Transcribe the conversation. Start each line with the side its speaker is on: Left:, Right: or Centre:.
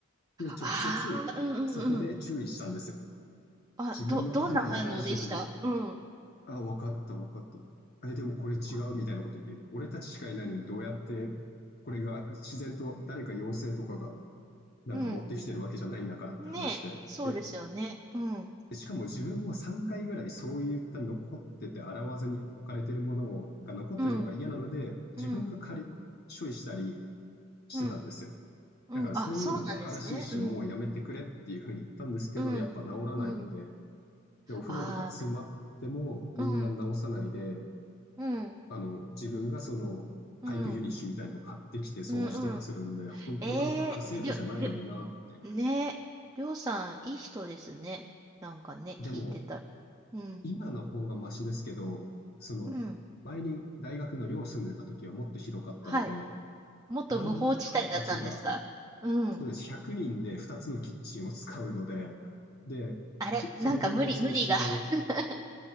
Left: で、直接そこで注意したんですよ。
Right: ああ、うんうんうん。あ、
Left: 自分のことなんだから自分で。
Right: ど、どんな反応でしたうん。
Left: あ、分かった、分かった。え、でもこれ違うみたいなこと言ってる。
Right: あ
Left: 俺たちしかいないのにどうやってこれが自然と誰か妖精とかがなんか持ってきてるわけじゃないんだからって話で。
Right: うん。ねえ、そうですよね。
Left: で、
Right: うん、
Left: しかも自分は3回ぐらいそういった残ってて洗わずに置かれてるものをが残ってるのが嫌なので自分が借り処理したり
Right: うん、うん、
Left: してたんですよ。
Right: うん、うん。
Left: だからそういうのバカらしいし、
Right: あ、そうなんですね。うん、
Left: もうやめてくれっていうふうに言ったんですけど、
Right: うん、
Left: やっぱ治らないんで、
Right: うん。
Left: で、お風呂とか詰まってもみんな治さないで、
Right: ああ、うん、うん、
Left: あの、自分がそのパイプユニッシュみたいのを買ってきて掃除とかするんで、
Right: うん、うん、うん。
Left: 本当なんか家政婦じゃないのになって。
Right: ええりょ、りょ、ねえ、りょうさん、いい人ですね。なんかね、
Left: でも、
Right: 聞いてたら。うん、
Left: 今の方がマシですけど、その、
Right: うん。
Left: 前に大学の寮住んでた時はもっとひどかったので、
Right: はい。元無法地帯だったんですかうん。
Left: 難民の方たちが、そうです、100人で2つのキッチンを使うので、で、
Right: あれ、
Left: ぶその分別をしない
Right: なんか無理、無理が。<laughs>